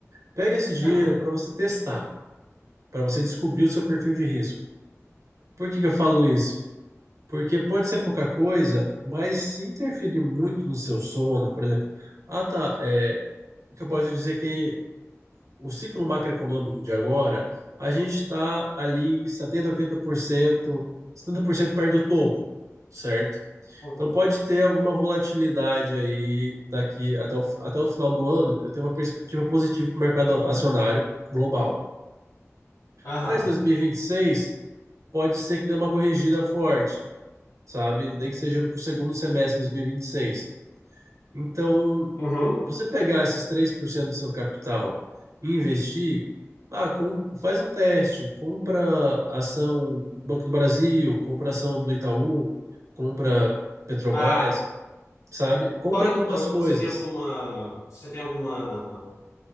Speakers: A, on the right (about 80°); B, on the left (about 85°).
A: Pega esse dinheiro
B: É.
A: para você testar, para você descobrir o seu perfil de risco. Por que que eu falo isso? Porque pode ser pouca coisa, mas se interferir muito no seu sono, por exemplo, ah tá, é, o que eu posso dizer é que o ciclo macroeconômico de agora, a gente está ali em setenta oitenta por cento, setenta por cento perto do topo, certo?
B: Uhum.
A: Então pode ter alguma volatilidade aí daqui até o, até o final do ano, eu tenho uma perspectiva positiva para o mercado acionário global.
B: Aham.
A: Mas 2026 pode ser que dê uma corrigida forte, sabe? Nem que seja para o segundo semestre de dois mil e e vinte e seis Então,
B: Uhum.
A: você pegar esses 3% do seu capital e investir, ah, com- faz um teste, compra ação do Banco do Brasil, compra ação do Itaú, compra Petrobras,
B: Ah,
A: sabe? Compra
B: Fora
A: algumas
B: do banco,
A: coisas.
B: você tem alguma. Você tem alguma.